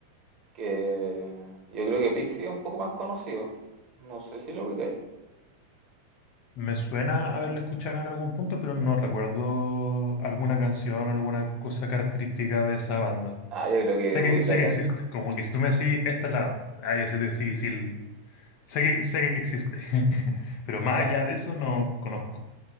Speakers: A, on the right; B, on the left.
A: Que yo creo que Pixies es un poco más conocido. No sé si lo ubicáis.
B: Me suena haberla escuchado en algún punto, pero no recuerdo alguna canción, alguna cosa característica de esa banda.
A: Ah, yo creo que
B: Sé que,
A: ubicáis
B: sé que
A: al.
B: existe, como que si tú me decís, esta es la banda, ahí así te sí, sí, el- sé que, sé que existe, <laughs> pero más
A: Ya,
B: allá de eso no conozco.